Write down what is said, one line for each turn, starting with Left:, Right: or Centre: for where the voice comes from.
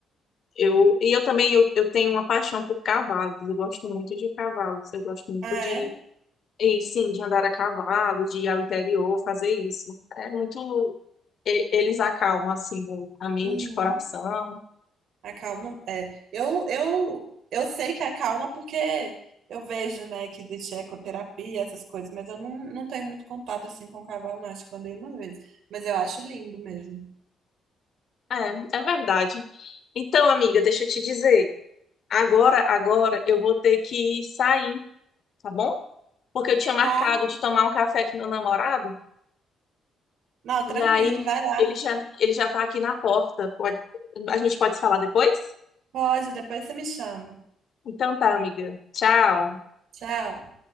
Left: eu, e eu também eu, eu tenho uma paixão por cavalos. Eu gosto muito de cavalos. Eu gosto muito
Right: Ah,
Left: de,
Right: é?
Left: e, sim, de andar a cavalo, de ir ao interior, fazer isso. É muito. e- eles acalmam assim o- a mente,
Right: Uhum.
Left: o coração.
Right: Acalma, é. Eu, eu, eu sei que acalma porque eu vejo, né, que existe ecoterapia, essas coisas, mas eu não, não tenho muito contato assim com o cavalo, não. Acho que eu andei uma vez. Mas eu acho lindo mesmo.
Left: É, é verdade. Então, amiga, deixa eu te dizer. Agora, agora eu vou ter que sair, tá bom? Porque eu tinha marcado
Right: Tá?
Left: de tomar um café com meu namorado
Right: Não,
Left: e
Right: tranquilo,
Left: aí
Right: vai lá.
Left: ele já ele já tá aqui na porta. Pode- a gente pode se falar depois?
Right: Pode, depois você me chama.
Left: Então tá, amiga. Tchau.
Right: Tchau.